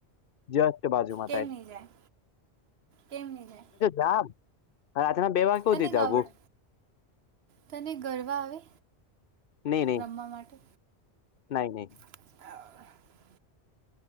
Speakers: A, on the left; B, on the right.
A: જ તે બાજુમાં
B: કેમ
A: થાય.
B: નહીં જાય કેમ નહીં જાય
A: રામ રાતના બે વાગે સુધી
B: તને
A: જાગું.
B: ગવડ તને ગરવા આવે.
A: નહી નહી
B: રમવા માટે
A: નહી નહી.
B: <unintelligible>